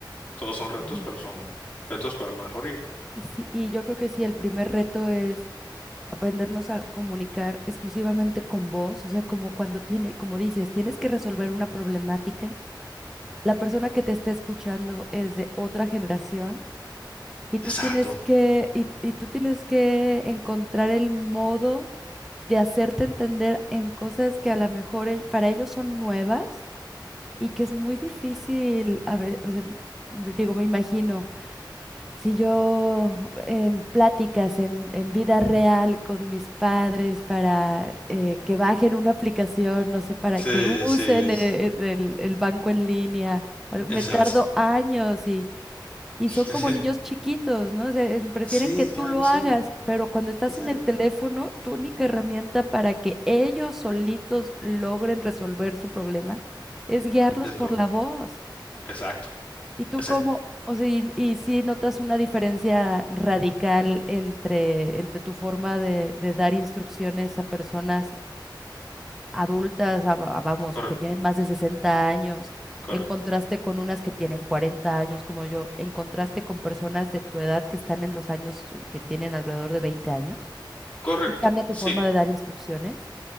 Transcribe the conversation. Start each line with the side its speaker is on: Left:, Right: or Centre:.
Left: todos son retos,
Centre: ujú,
Left: pero son retos para mejoría.
Centre: y sí, y yo creo que sí, el primer reto es aprendernos a comunicar exclusivamente con voz, o sea, como cuando tiene, como dices, tienes que resolver una problemática, la persona que te está escuchando es de otra generación y
Left: Exacto.
Centre: tú tienes que, y, y tú tienes que encontrar el modo de hacerte entender en cosas que a lo mejor e- para ellos son nuevas y que es muy difícil, a ver, o sea, m- digo, me imagino si yo en pláticas en, en vida real con mis padres para eh, que bajen una aplicación, no sé, para
Left: Sí,
Centre: que usen
Left: sí, es-
Centre: e- el, el- el banco en línea, o algo,
Left: exacto.
Centre: me tardo años y, y
Left: <laughs>
Centre: son como niños chiquitos, ¿no? O sea, eh, prefieren
Left: Sí,
Centre: que tú
Left: claro
Centre: lo
Left: que sí.
Centre: hagas, pero cuando estás
Left: Exacto.
Centre: en el teléfono, tu única herramienta para que ellos solitos logren resolver su problema es guiarlos
Left: Es
Centre: por
Left: como,
Centre: la voz.
Left: Exacto,
Centre: ¿Y tú
Left: exacto,
Centre: cómo, o sea, y, y si notas una diferencia radical entre, entre tu forma de, de dar instrucciones a personas adultas, a- a- vamos,
Left: correcto,
Centre: que tienen más de 60 años,
Left: correcto,
Centre: en contraste con unas que tienen 40 años como yo, en contraste con personas de tu edad que están en los años eh, que tienen alrededor de 20 años?
Left: correcto,
Centre: ¿Y cambia tu
Left: sí.
Centre: forma de dar instrucciones?